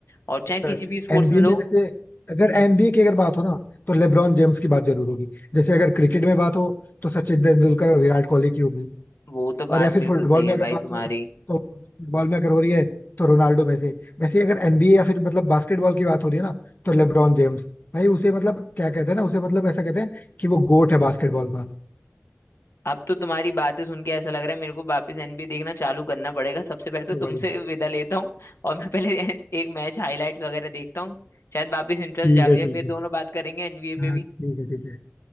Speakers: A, on the left; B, on the left.
A: और चाहे
B: सही बात
A: किसी भी स्पोर्ट्स
B: एनबीए
A: में लो
B: में जैसे अगर
A: हम्म,
B: एनबीए की अगर बात हो ना तो लेब्रॉन जेम्स की बात जरूर होगी जैसे अगर क्रिकेट में बात हो तो सचिन तेंदुलकर और विराट कोहली की होगी
A: वो तो बात
B: और या फिर
A: बिल्कुल
B: फुटबॉल
A: सही
B: में
A: है
B: अगर
A: भाई
B: बात
A: तुम्हारी
B: हो तो फुटबॉल में अगर हो रही है तो रोनाल्डो में से वैसे ही अगर एनबीए या फिर मतलब बास्केटबॉल की बात हो रही है ना तो लेब्रॉन जेम्स भाई उसे मतलब क्या कहते हैं ना उसे मतलब ऐसा कहते हैं कि वो गोट है बास्केटबॉल का
A: अब तो तुम्हारी बातें सुन के ऐसा लग रहा है मेरे को वापस एनबीए देखना चालू करना पड़ेगा सबसे पहले तो
B: तो
A: तुमसे
B: भाई
A: विदा लेता हूँ और मैं पहले <laughs> एक मैच हाईलाइट्स वगैरह देखता हूँ शायद वापस इंटरेस्ट
B: ठीक
A: जाग
B: है
A: जाए
B: ठीक
A: फिर
B: है
A: दोनों बात करेंगे एनबीए पे
B: हाँ
A: भी
B: ठीक है ठीक है